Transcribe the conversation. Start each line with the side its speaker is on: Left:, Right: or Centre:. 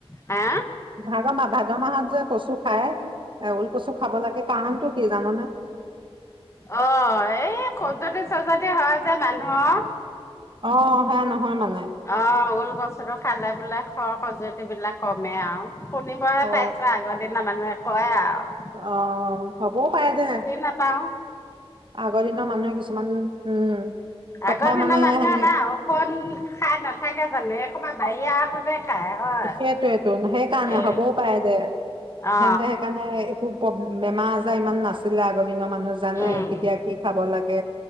Left: হা
Right: ভাদ মাহ -ভাদ মাহত যে কচু খায়, এ ওলকচু খাব লাগে, কাৰণটো কি জান'নে?
Left: অ'হ। এই খজুৱতি- চজতি হয় যে মানুহৰ
Right: অ'হ। সেয়া নহয় মানে?
Left: অ' ওলকচুতো খালে বোলে খৰ-খজুৱতি বিলাক কমে আৰু। শুনিবহে
Right: অ
Left: পাইছোঁ, আগৰদিনৰ মানুহে কয় আও।
Right: অ'হ। হবও পাৰে দে।
Left: নাপাও
Right: আগৰদিনৰ মানুহে কিছুমান উম কথা
Left: আগৰদিনৰ
Right: মানে
Left: মানুহে
Right: সেনে
Left: বাও <unintelligible> খাই নাথাকে জানো, এইসোপা বাহিৰা ঔষধে খায়। হয়।
Right: সেইটোৱেটোন, সেইকাৰণে
Left: এ
Right: হ'বও পাৰে দে।
Left: অ
Right: সিহঁতে সেইকাৰণে খুব কম, বেমাৰ-আজাৰ ইমান নাছিলে আগদিনৰ মানুহ জানে
Left: উম
Right: কেতিয়া কি খাব লাগে